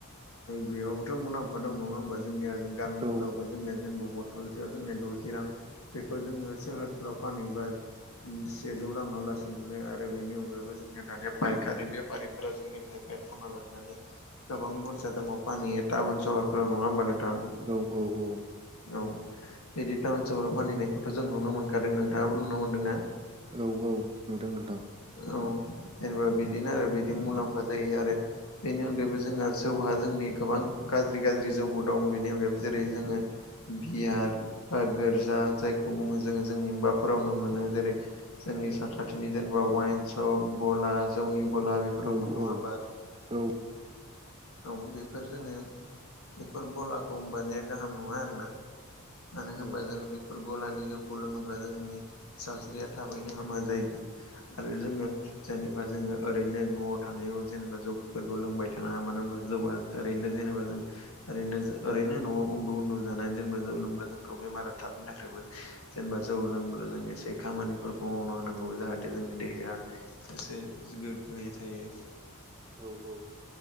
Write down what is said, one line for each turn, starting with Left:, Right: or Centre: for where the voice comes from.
Left: बेयावबोथ' मुलाम्फा दं नङा होमबा। जोंनिया गामिफोरावबो
Right: औ
Left: <unintelligible> जेनेबा बथलसेयाव जोङो द'जि रां बेखौ जोङो सोहोरफ्राव फानहैबा सेजौ राङा लासै मोनो आरो बेनि अनगायैबो जोंनिया दानिया फाइकारि बेफारिफोरा जोंनिफ्राय बाइ ख'ना लांनानै गोबां बुरजा दामाव फानहैयो टाउन सहरफोराव नङा होमबा नोंथां।
Right: औ औ औ।
Left: औ बिदि टाउन सहराव फानहैनायखौथ' जों नुनो मोनखादों नोंथाङाबो नुनो मोनदोंना।
Right: औ औ नुदों नोंथां।
Left: औ जेनेबा बिदिनो आरो बिदि मुलाम्फा जायो। आरो बेनि अनगायैबो जोंहा जौहा जोंनि गोबां गाज्रि गाज्रि जौबो दं। बेनि अनगायैबो जेरै, जोङो बिहार गोर्जा जायखौ बुङो जोङो जोंनि माफोरावनो मोनो जेरै, जोंनि साखाथिनि जेनेबा वाइन सप, गला, जौनि गला, बेफोराव
Right: औ
Left: मोन नङा
Right: औ
Left: होमबा।
Right: औ
Left: औ बेफोर जोङो बेफोर गलाखौ होनबानाया गाहाम नङा आरोना। मानो होनबा
Right: औ
Left: जोङो बेफोर गलानि जौखौ लोङोब्ला जोंनि सावस्रिया थाबैनो हामा जायो। आरो जोङो। जेनेबा जोङो ओरैनो न'आव थानायाव जेनेबा जौफोरखौ लोंबाय थानाङा मानोना बा जौआ ओरैनो जेनेबा जों ओरैनो न'आव उन्दु उन्दु जानानै जेनेबा जौ लोंग्रा जोंखौ बेमारा थाबैनो नाख्रेबो। जेनेबा जौ
Right: औ
Left: लोंब्ला जों एसे खामानिफोरखौ मावनो होनांगौ जाहाथे जोंनि देहाया। एसे गोग्गोयै थायो।
Right: औ औ